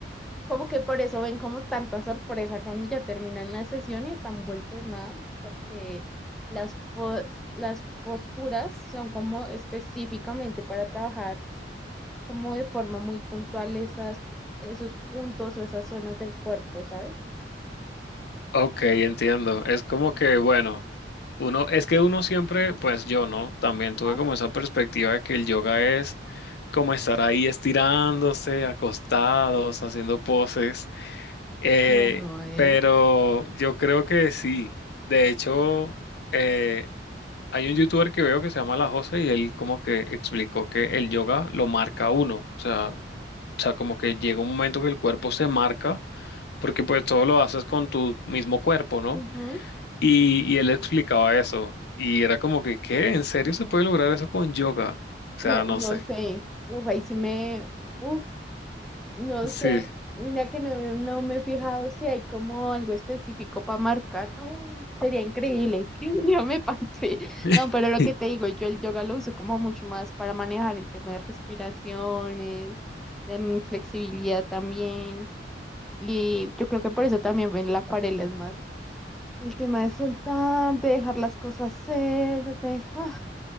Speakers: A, in the centre; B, on the left.
A: como que por eso ven como tanta sorpresa cuando ya terminan la sesión y están vueltos nada, porque las, pos- las posturas son como específicamente para trabajar como de forma muy puntual esas, esos puntos o esas zonas del cuerpo, ¿sabes?
B: Ok, entiendo. Es como que, bueno, uno, es que uno siempre, pues yo no, también
A: Ajá.
B: tuve como esa perspectiva de que el yoga es como estar ahí estirándose, acostados, haciendo poses. eh,
A: No, no es.
B: pero yo creo que sí. De hecho, eh, hay un youtuber que veo que se llama La Jose y él como que explicó que el yoga lo marca a uno. O sea, o sea, como que llega un momento que el cuerpo se marca, porque pues todo lo haces con tu mismo cuerpo, ¿no?
A: Ujú.
B: Y, y él explicaba eso. Y era como que, ¿qué? ¿En serio se puede lograr eso con yoga? O
A: No,
B: sea, no
A: no
B: sé.
A: sé. Uf, ahí sí me. Uf, no
B: Sí.
A: sé. Mira que no, me- no me he fijado si hay como algo específico para marcar. ¡Oh! Sería increíble que un día me pase.
B: <laughs>
A: No, pero lo que te digo, yo el yoga lo uso como mucho más para manejar el tema de respiraciones, de mm, flexibilidad también. Y yo creo que por eso también ven la acuarela es más el tema de soltar, de dejar las cosas ser, de, ah,